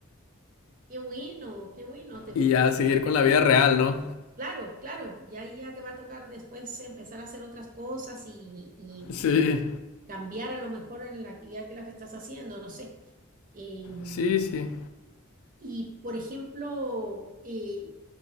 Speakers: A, on the right; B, on the left.
A: Qué bueno, qué bueno, te felicito,
B: Y ya seguir
A: porque
B: con
A: igual,
B: la vida real, ¿no?
A: claro, claro, ya ahí ya te va a tocar después empezar a hacer otras cosas y, y
B: Sí,
A: cambiar a lo mejor en la actividad que la que estás haciendo, no sé. Em,
B: sí, sí.
A: y, por ejemplo, eh,